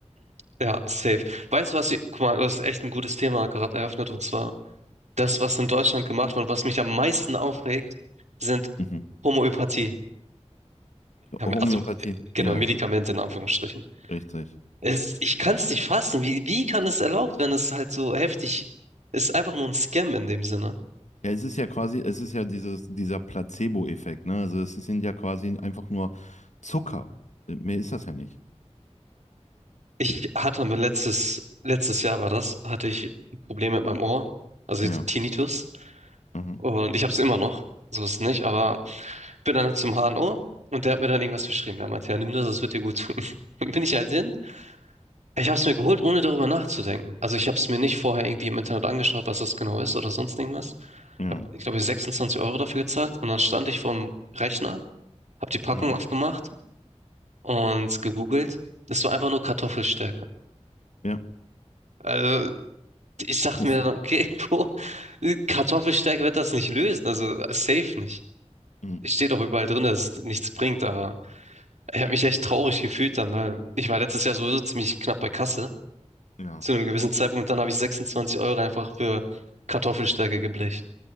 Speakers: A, on the right (about 75°); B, on the left (about 80°).
A: Ja, safe. Weißt du was, ich- guck mal, das ist echt ein gutes Thema gerade eröffnet und zwar das, was in Deutschland gemacht wird und was mich am meisten aufregt, sind
B: Mhm.
A: Homöopathie-Medikamente,
B: Homöopathie,
A: also äh, genau,
B: ja,
A: Medikamente
B: ja,
A: in Anführungsstrichen.
B: richtig.
A: Es ist, ich kann es nicht fassen. Wie, wie kann es erlaubt werden, es ist halt so heftig Es ist? Einfach nur ein Scam in dem Sinne.
B: Ja, es ist ja quasi, es ist ja dieses, dieser Placebo-Effekt, ne? Also es sind ja quasi einfach nur Zucker. Mehr ist das ja nicht.
A: Ich hatte aber letztes, letztes Jahr war das, hatte ich ein Problem mit meinem Ohr, also
B: Ja.
A: Tinnitus
B: Mhm.
A: und ich habe es immer noch, so ist es nicht, aber bin dann halt zum HNO und O und der hat mir dann irgendwas verschrieben. Er meinte, ja, nimm das, das wird dir gut tun. <laughs> Dann bin ich halt hin. Ich habe es mir geholt, ohne darüber nachzudenken. Also ich habe es mir nicht vorher irgendwie im Internet angeschaut, was das genau ist oder sonst irgendwas.
B: Ja.
A: Ich habe, ich glaube, 26 Euro dafür gezahlt und dann stand ich vorm Rechner, habe die Packung
B: Mhm.
A: aufgemacht und gegoogelt. Es war einfach nur Kartoffelstärke.
B: Ja.
A: Also ich dachte
B: Das,
A: mir dann, okay, <laughs> Bro, Kartoffelstärke wird das nicht lösen, also safe nicht.
B: mhm.
A: Steht auch überall drin, dass es nichts bringt, aber Ich habe mich echt traurig gefühlt dann, weil ich war letztes Jahr sowieso ziemlich knapp bei Kasse
B: ja.
A: zu einem gewissen Zeitpunkt und dann habe ich 26 Euro einfach für Kartoffelstärke geblecht.